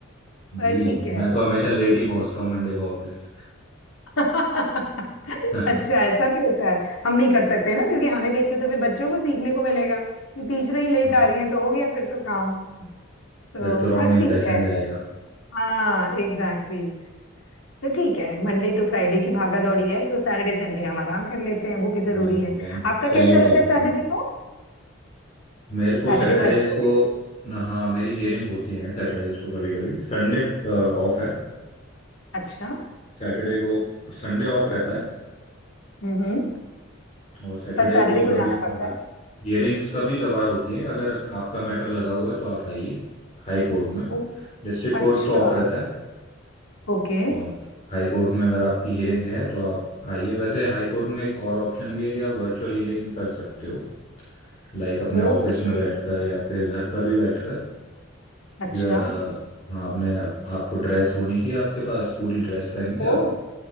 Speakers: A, on the left; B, on the left.
A: पर
B: जी
A: ठीक है
B: मैं तो हमेशा लेट ही पहुंचता हूँ मंडे को ऑफिस
A: <laughs>
B: <laughs>
A: अच्छा ऐसा भी होता है हम नहीं कर सकते ना क्योंकि हमें देख के तो फिर बच्चों को सीखने को मिलेगा कि टीचर ही लेट
B: हाँ,
A: आ रही है तो हो गया फिर तो काम तो
B: फिर तो रॉन्ग
A: बस
B: इम्प्रेशन
A: ठीक है
B: जाएगा
A: हाँ एग्जैक्टली तो ठीक है मंडे टू फ्राइडे की भागा दौड़ी है तो सैटरडे संडे हम आराम कर लेते हैं वो भी जरूरी
B: नहीं नहीं
A: है
B: मैम
A: आपका
B: सल्यूट
A: कैसा रहता
B: है आपको
A: है सैटरडे को
B: मेरे को
A: सैटरडे
B: सैटरडेज
A: वर्किंग
B: को
A: है
B: हाँ मेरी हियरिंग होती है सैटरडेज को कभी कभी संडे ऑफ है
A: अच्छा
B: सैटरडे को संडे ऑफ रहता है
A: हम्म हम्म,
B: और सैटरडे
A: पर सैटरडे
B: को
A: को
B: कभी
A: जाना
B: कभार
A: पड़ता है
B: हियरिंग्स कभी कभार होती है अगर आपका मैटर लगा हुआ है तो आप आइए हाई कोर्ट में
A: ओ
B: डिस्ट्रिक्ट कोर्ट
A: अच्छा
B: तो ऑफ रहता है
A: ओके
B: और हाई कोर्ट में अगर आपकी हियरिंग है तो आप आइए वैसे हाई कोर्ट में एक और ऑप्शन भी है कि आप वर्चुअल हियरिंग कर सकते हो लाइक अपने
A: ओके
B: ऑफिस में बैठकर या फिर घर पर भी बैठकर
A: अच्छा
B: यू अ, हाँ आपने आपको ड्रेस होनी चाहिए आपके पास पूरी ड्रेस पहन के
A: ओ
B: आप